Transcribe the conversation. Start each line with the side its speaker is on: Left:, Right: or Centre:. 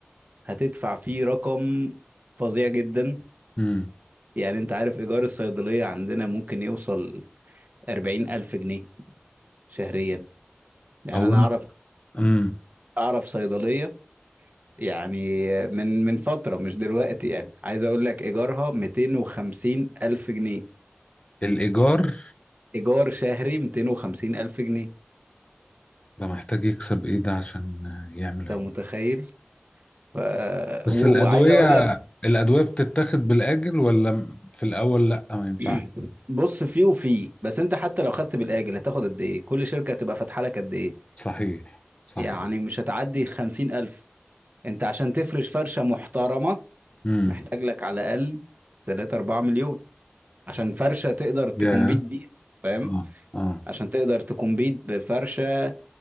Right: هتدفع فيه رقم فظيع جدا
Left: امم
Right: يعني أنت عارف إيجار الصيدلية عندنا ممكن يوصل أربعين ألف جنيه شهريا يعني
Left: هو
Right: انا
Left: انا
Right: اعرف
Left: امم
Right: اعرف صيدليه يعني من من فتره مش دلوقتي يعني عايز اقول لك ايجارها 250 الف جنيه
Left: الايجار
Right: ايجار شهري 250 الف جنيه
Left: ده محتاج يكسب ايه ده عشان آه، يعمل ال...
Right: انت متخيل ف...
Left: بس
Right: و...
Left: الادويه
Right: وعايز اقول لك
Left: الادويه بتتاخد بالاجل ولا م- في الاول لا ما ينفعش
Right: <clears throat> بص فيه وفيه بس انت حتى لو خدت بالاجل هتاخد قد ايه كل شركه هتبقى فاتحه لك قد ايه
Left: صحيح صحيح
Right: يعني مش هتعدي 50 الف انت عشان تفرش فرشه محترمه
Left: امم
Right: محتاج لك على الاقل 3 4 مليون عشان فرشه تقدر تكمبيت
Left: يا
Right: بيها فاهم
Left: اه اه
Right: عشان تقدر تكمبيت بفرشة